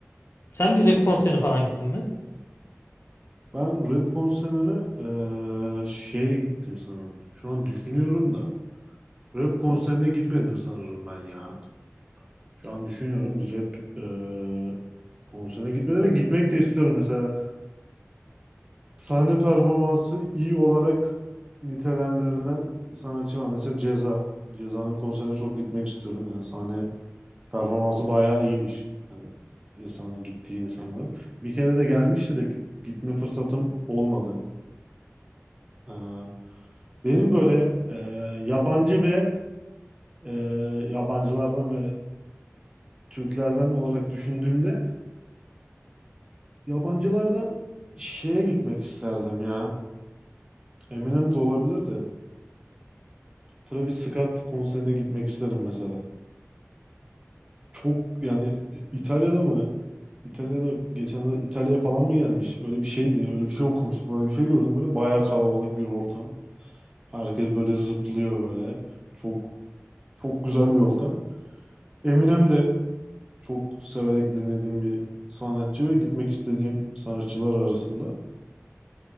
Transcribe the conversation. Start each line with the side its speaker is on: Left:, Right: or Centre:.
Left: Sen bir rap konserine falan gittin mi?
Right: Ben rap konserine eee, şeye gittim sanırım. Şu an düşünüyorum da. Rap konserine gitmedim sanırım ben ya. Şu an düşünüyorum bir rap eee konserine gitmedim ve gitmek de istiyorum mesela. Sahne performansı iyi olarak nitelendirilen sanatçı var. Mesela Ceza. Ceza'nın konserine çok gitmek istiyorum. Yani sahne performansı bayağı iyiymiş. Yani insanın gittiği insanların. Bir kere de gelmişti de gi- gitme fırsatım olmadı. Ee, benim böyle e, yabancı ve e, yabancılardan ve Türklerden olarak düşündüğümde yabancılardan şeye gitmek isterdim ya. Eminem de olabilir de. Travis Scott konserine gitmek isterim mesela. çok yani e, İtalya'da mı İtalya'da geçen İtalya'ya falan mı gelmiş? Öyle bir şeydi. Öyle bir şey okumuştum. Öyle bir şey gördüm. Böyle bayağı kalabalık bir ortam. Herkes böyle zıplıyor böyle. Çok çok güzel bir ortam. Eminem de çok severek dinlediğim bir sanatçı ve gitmek istediğim sanatçılar arasında.